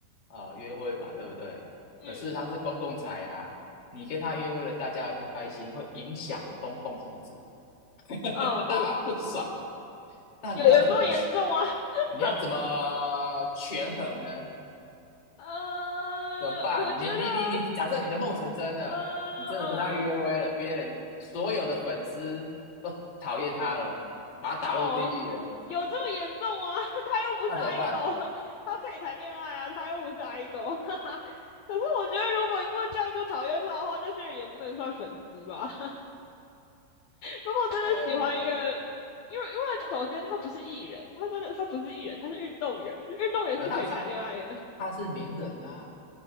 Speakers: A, on the left; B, on the left.
A: 啊、呃约会嘛，对不对？
B: 嗯，
A: 可是他是公共财啊，你跟他约会了，大家会不开心，会影响公共福祉，<laughs>
B: 哦哦，
A: 大家不爽。那你要怎么去？
B: 有有这么严重啊？<laughs>
A: 你要怎么权衡呢？
B: 呃，
A: 怎么办？
B: 我觉得，
A: 你你你你，假设你的梦成真了，
B: 呃
A: 你真的跟他约会了，
B: 嗯。
A: 别人所有的粉丝都讨厌他了，把他打入地狱了，
B: 哦，有这么严重吗？<laughs> 他又不是
A: 那怎么办？
B: idol，<laughs> 他可以谈恋爱啊，他又不是 idol，哈哈。可是我觉得，如果因为这样就讨厌他的话，那些人也不能算粉丝吧？<laughs> 如果真的喜欢一个，
A: 呃，
B: 因为因为首先他不是艺人，他真的他不是艺人，他是运动员，运动员是可以谈恋爱的。
A: 可是他他他是名人啊，